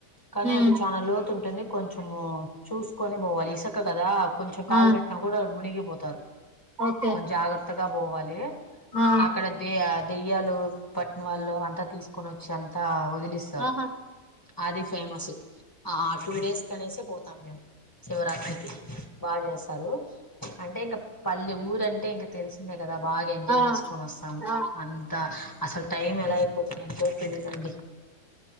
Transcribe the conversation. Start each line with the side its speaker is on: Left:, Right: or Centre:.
Left: కానీ
Right: ఉమ్
Left: అది చాలా లోతుంట ఉంటుంది కొంచెము చూసుకొని పోవాలి ఇసక కదా కొంచెం కాలు
Right: ఆ
Left: పెట్టినా కూడా మునిగి పోతారు
Right: ఓకే
Left: కొంచెం జాగా ఎత్తగా పోవాలి
Right: ఆ
Left: ఆక్కడ దే దెయ్యాలు పట్టిన వాళ్ళ అంతా తీసుకు కొని వచ్చి అంత వదిలిస్తారు
Right: ఆహా
Left: అది ఫేమస్ ఆ టూ డేస్ కనేసే పో తే శివరాత్రికి బాగా చేస్తారు అంటే ఇంకా పల్ల ఊరు అంటే ఇంక తెలిసింద కదా బాగా ఎంజాయ్
Right: ఆ
Left: చేసుకొని వస్తాం
Right: ఆ
Left: అంతా అసలు టైమ్ ఎలాపో కోడి సంగడి